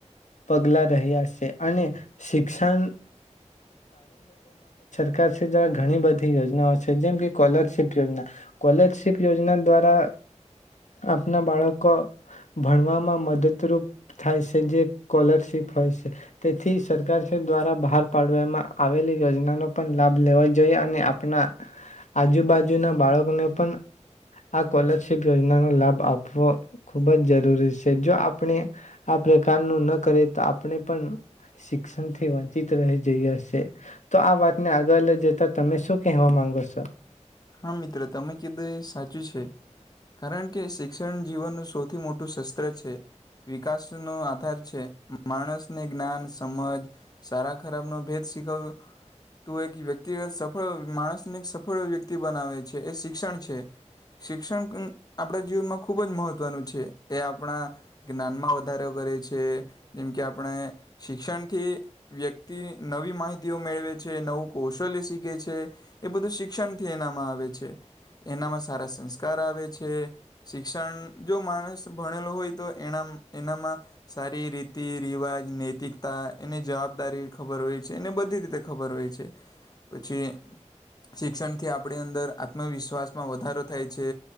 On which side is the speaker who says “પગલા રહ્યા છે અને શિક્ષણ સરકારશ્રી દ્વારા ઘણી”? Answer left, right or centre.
Left